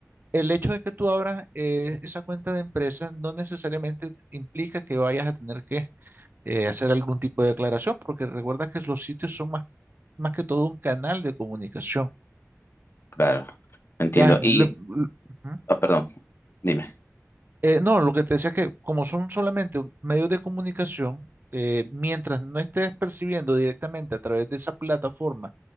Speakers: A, on the right; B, on the left.
A: el hecho de que tú abras eh, esa cuenta de empresa no necesariamente implica que vayas a tener que eh, hacer algún tipo de declaración, porque recuerda que los sitios son más, más que todo un canal de comunicación.
B: claro. Entiendo.
A: Ya,
B: Y,
A: lo- lo- ujú.
B: ah, perdón, dime.
A: Eh, no, lo que te decía es que como son solamente un- medios de comunicación, eh, mientras no estés percibiendo directamente a través de esa plataforma